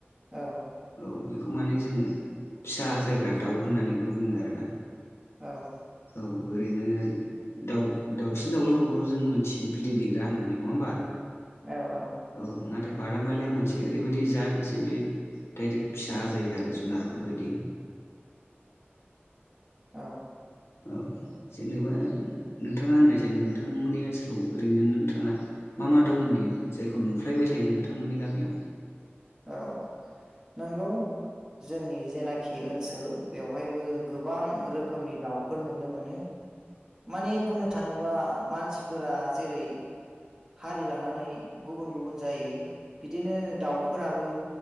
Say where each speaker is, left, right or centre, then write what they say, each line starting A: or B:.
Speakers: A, on the right (about 15°); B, on the left (about 80°).
A: औ
B: औ बेखौ माने जोङो फिसा आजायग्रा दाउ होननानैबो बुङो आरो ना।
A: औ
B: औ ओरैनो दाउ दाउसिन दाउलाफोरखौथ' जों मोनथिगौ बिदै दैेग्रा होननानै। नङा होमबा?
A: औ औ
B: औ नाथाय बादामालिया मोनसे ओरैबायदि जाद जे बे दडाइरेक्ट फिसा आजायो आरो जुनारफोर बायदि
A: औ
B: औ जेनेबा नोंथाङा होननायसाय नोंथांमोननि ओनसोलाव ओरैनो नोंथाङा मा मा दाउ नुयो जायखौ नुफ्लायबाय थायो नोंथांमोननि गामियाव।
A: औ नंगौ जोंनि जेनाखि ओनसोल बेवहायबो गोबां रोखोमनि दाउफोर नुनो मोनो। माने बुंनो थाङोबा मानसिफोरा जेरै हारि लानानै गुबुन गुबुन जायो। बिदिनो दाउफोराबो